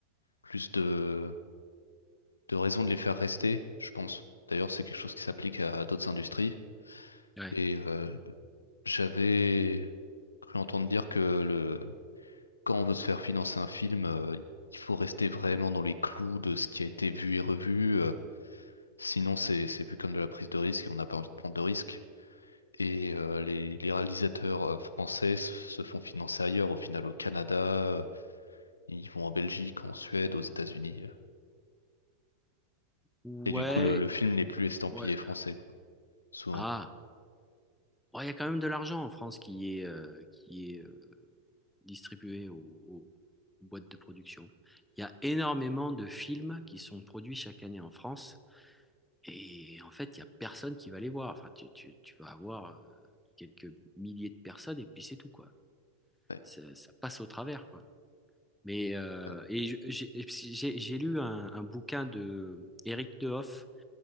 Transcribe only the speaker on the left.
plus de, de raisons de les faire rester, je pense. D'ailleurs, c'est quelque chose qui s'applique à d'autres industries.
Et euh, j'avais cru entendre dire que le, quand on veut se faire financer un film, euh, il faut rester vraiment dans les clous de ce qui a été vu et revu. euh, sinon, c'est, c'est vu comme de la prise de risque et on n'a pas envie de prendre de risques. Et euh, les, les réalisateurs euh, français s- se font financer ailleurs, au final au Canada, euh, ils vont en Belgique, en Suède, aux États-Unis. euh.
Et du coup, le, le film n'est plus estampillé
français, quoi. Sous-
Ouais,
ouais,